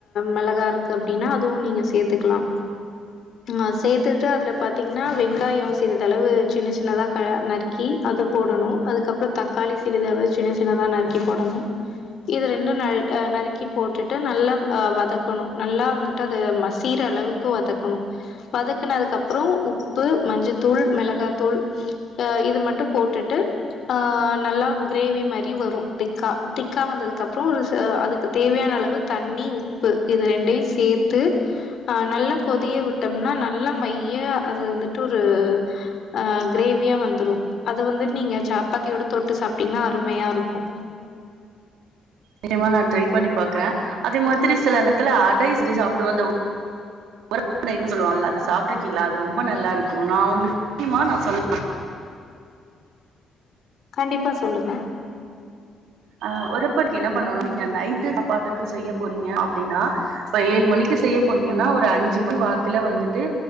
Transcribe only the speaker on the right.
<unintelligible>
நியமா நா ட்ரை பண்ணி பாக்குற அதே மாத்ரி சில நேர்த்துல அடை செஞ்சி சாப்புடுவ அந்த உ <inaudible> சொல்லுவாள்ல அது சாப்ட்ருக்கீங்ளா அது ரொம்ப நல்லாருக்கு நா உங்ளுக்கு <inaudible> நா சொல்ல
அ ஒருப்படிக்கு என்ன பண்ணோனா நீங்க நைட்டு சாப்பாட்டுக்கு செய்ய போறீங்க அப்டினா இப்ப ஏழு மணிக்கி செய்ய போறீங்கனா ஒரு அஞ்சு மணி வாக்குல வந்துட்டு